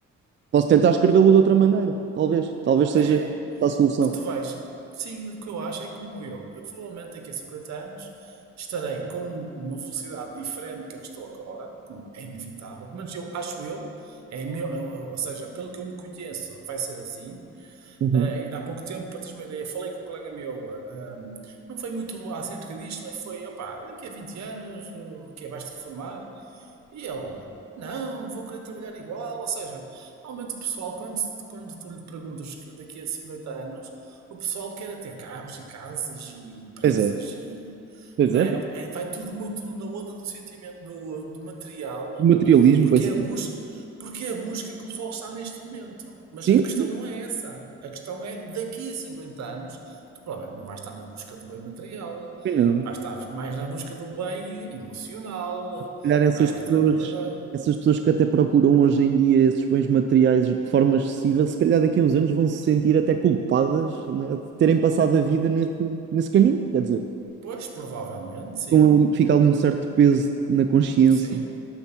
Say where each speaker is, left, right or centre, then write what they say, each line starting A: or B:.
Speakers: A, on the right; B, on the right.
A: Posso tentar escrevê-lo de outra maneira, talvez. Talvez seja
B: É.
A: a solução.
B: O que tu vais. Sim, o que eu acho é como eu. Eu provavelmente daqui a 50 anos estarei com uma velocidade diferente que a que estou agora, como é inevitável, mas eu acho eu, é meu, é- é- ou seja, pelo que eu me conheço, vai ser assim.
A: Uhum.
B: Ah, e há pouco tempo, para teres uma ideia, falei com um colega meu, ah, ah, não foi muito acerca disto, mas foi, opá, daqui a 20 anos, o que é? vais-te reformar? E ele, não, vou querer trabalhar igual. Ou seja, normalmente o pessoal, quando, quando tu lhe perguntas daqui a 50 anos, o pessoal quer é ter carros e casas e empresas
A: Pois é,
B: e.
A: pois
B: Não
A: é.
B: é? É- vai tudo muito na onda do sentimento, do, do material,
A: O materialismo,
B: porque
A: pois
B: é
A: é.
B: a busca, porque é a busca que o pessoal está neste momento. Mas
A: Sim,
B: a questão não é essa. A questão é daqui a 50 anos, tu provavelmente não vais estar na busca do bem material,
A: também não.
B: vais
A: Se
B: estar mais na busca do bem emocional,
A: calhar essas
B: não é?
A: pessoas,
B: Na tranquilidade.
A: essas pessoas que até procuram hoje em dia esses bens materiais de forma excessiva, se calhar daqui a uns anos vão se sentir até culpadas, né, de terem passado a vida nesse, nesse caminho. Quer dizer,
B: Pois, provavelmente, sim.
A: ficam ali- fica ali um certo peso na consciência.
B: Sim,